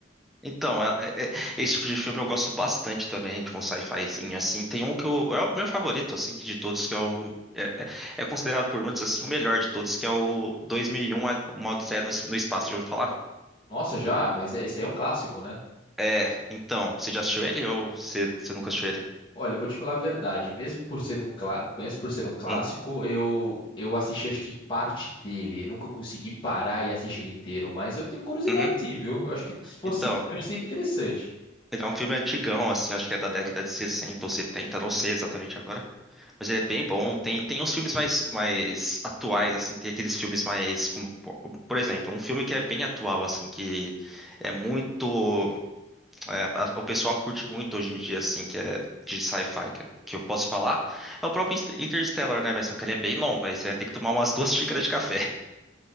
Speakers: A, in the centre; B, on the left.
A: então, é- é- é- esse tipo de filme eu gosto bastante também, tipo um sci-fizinho, assim. Tem um que eu, é o meu favorito, assim, de todos, que é o. É, é- é considerado por muitos, assim, o melhor de todos, que é o 2001, A- Uma Odisseia no, no Espaço, já ouviu falar?
B: Nossa, já, mas é, esse aí é um clássico, né?
A: É, então, você já assistiu ele ou você você nunca assistiu ele?
B: Olha, eu vou te falar a verdade, mesmo por ser um, clá- mesmo por ser um clássico,
A: Hum,
B: eu eu assisti acho que parte dele, eu nunca consegui parar e assistir ele inteiro, mas eu tenho curiosidade
A: Uhum.
B: sim, viu? Eu acho que se fosse,
A: Então.
B: eu acho que seria interessante.
A: Ele é um filme antigão, assim, acho que é da década de 60 ou 70, não sei exatamente agora. Mas ele é bem bom. Tem, tem uns filmes mais, mais atuais, assim, tem aqueles filmes mais, como, po- por exemplo, um filme que é bem atual, assim, que é muito, é, a- o pessoal curte muito hoje em dia, assim, que é de sci-fi, que, que eu posso falar, é o próprio Inter- Interstellar, né? Mas só que ele é bem longo, aí você vai ter que tomar umas duas <laughs> xícaras de café.